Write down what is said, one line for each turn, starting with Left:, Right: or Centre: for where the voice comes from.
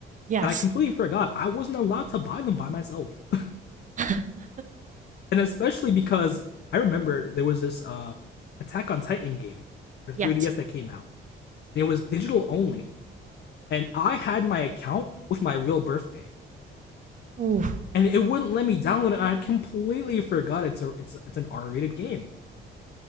Right: Yes.
Left: that I completely forgot I wasn't allowed to buy them by myself. <laughs>
Right: <laughs>
Left: And especially because I remember there was this uh Attack on Titan game for 3DS
Right: yes.
Left: that came out. And it was digital only. And I had my account with my real birthday.
Right: Ooh.
Left: And it wouldn't let me download it. And I completely forgot it's a it's it's an R-rated game.